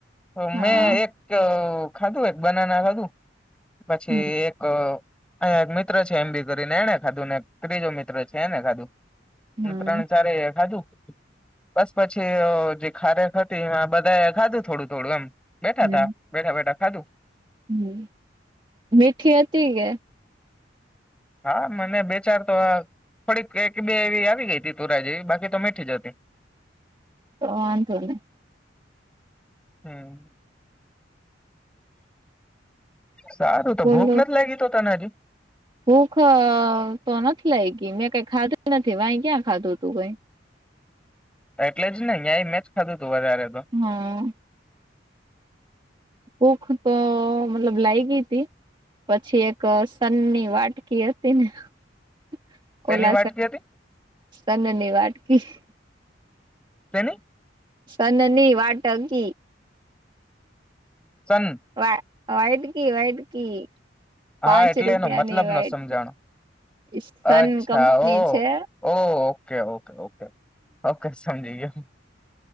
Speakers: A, in the centre; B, on the right.
A: તો
B: હા
A: મેં એક એક ખાધું, એક બનાના ખાધું પછી
B: હમ
A: એક અહીંયા એક મિત્ર છે, એમ બી કરીને, એને ખાધું ને એક ત્રીજો મિત્ર છે, એને ખાધું.
B: હા
A: ત્રણ ચારે ખાધું, બસ પછી છી ખારેખ હતી બધા, ખાધું થોડું-થોડું એમ બેઠા
B: હમ
A: તા, બેઠા-બેઠા ખાધું.
B: હમ, મીઠી હતી કે.
A: હા, મને બેચાર તો ફડી બે એવી, આવી ગઈ હતી, તુંરા જેવી બાકી તો મીઠી જતી.
B: તો વાંધોની.
A: હમ. સારું તો,
B: બોલો
A: ભૂખ નથી લાગી, તો તનાજી
B: ભૂખ તો નથી ગઈ, મેં કઈ ખાધી નથી, વાહી ક્યાં ખાધું તું?
A: એટલે જ નને અહીય મેચ ખાધું તું વધારે તો.
B: હા. ભૂક તો મતલબ લાગી હતી. પછી એક સનની વાટકી હતી ને.
A: તેની વાટકી હતી
B: સનની <unintelligible>
A: તેની
B: સન નની વાટકી.
A: સંન.
B: વા વાયટ કી વયટ કી. <unintelligible> પાંચ
A: હા એટલે
B: રૂપિયાની
A: એનો મતલબ ન સમજાણો
B: સન
A: અચ્છા
B: કંપની
A: ઓ
B: છે.
A: ઓ ઓકે, ઓકે, ઓકે, ઓકે સમજી ગયા.